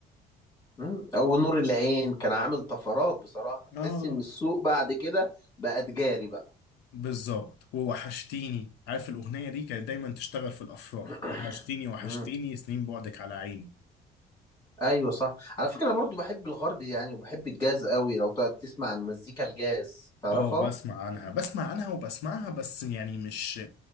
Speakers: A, on the left; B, on the left.
A: مم. او نور العين كان عامل طفرات بصراحة تحس
B: آه
A: ان السوق بعد كده بقى تجاري بقى
B: بالظبط ووحشتيني عارف الأغنية دي كانت دايما تشتغل في الأفراح
A: <clears throat>
B: وحشتيني وحشتيني
A: مم.
B: سنين بعدك على عيني
A: ايوه صح على فكرة انا برضو بحب الغرب يعني وبحب الجاز قوي لو تقعد تسمع عن مزيكا الجاز تعرفها
B: اه بسمع عنها بسمع عنها وبسمعها بس يعني مش